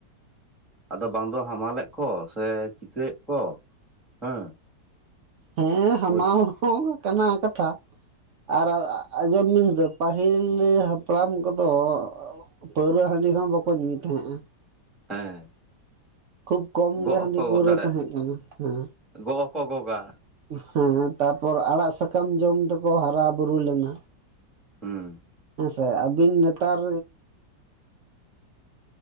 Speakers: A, in the centre; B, on the right.
A: ᱟᱫᱚ ᱵᱟᱝ ᱫᱚ ᱦᱟᱢᱟᱞᱮᱜ ᱠᱚ ᱥᱮ ᱪᱤᱠᱟᱹᱭᱮᱜ ᱠᱚ ᱦᱮᱸ?
B: ᱦᱮᱸ ᱦᱟᱢᱟᱞ
A: ᱵᱩᱡᱽ ᱠᱮᱫ
B: ᱦᱚᱸ ᱠᱟᱱᱟ ᱠᱟᱛᱷᱟ ᱟᱨ ᱟᱨ ᱟᱸᱡᱚᱢ ᱵᱤᱱ ᱛᱚ ᱯᱟᱹᱦᱤᱞ ᱦᱟᱯᱲᱟᱢ ᱠᱚᱫᱚ ᱯᱟᱹᱣᱨᱟᱟᱹ ᱦᱟᱺᱰᱤ ᱦᱚᱸ ᱵᱟᱠᱚ ᱧᱩᱭ ᱛᱟᱦᱮᱸᱜᱼᱟ᱾
A: ᱦᱮᱸ
B: ᱠᱷᱩᱵ ᱠᱚᱢ
A: ᱜᱚᱜ
B: ᱜᱮ ᱦᱟᱺᱰᱤ
A: ᱦᱚᱸᱠᱚ
B: ᱯᱟᱹᱣᱨᱟᱹ
A: ᱜᱚᱜ ᱫᱟᱲᱮᱭᱟᱜ
B: ᱛᱟᱦᱮᱸ ᱠᱟᱱᱟ ᱦᱮᱸ᱾
A: ᱜᱚᱜ ᱦᱚᱸᱠᱚ ᱜᱚᱜᱟ
B: ᱦᱮᱸ ᱛᱟᱯᱚᱨ ᱟᱲᱟᱜ ᱥᱟᱠᱟᱢ ᱡᱚᱢ ᱛᱮᱠᱚ ᱦᱟᱨᱟ ᱵᱩᱨᱩ ᱞᱮᱱᱟ᱾
A: ᱦᱩᱸ
B: ᱦᱮᱸᱥᱮ ᱟᱹᱵᱤᱱ ᱱᱮᱛᱟᱨ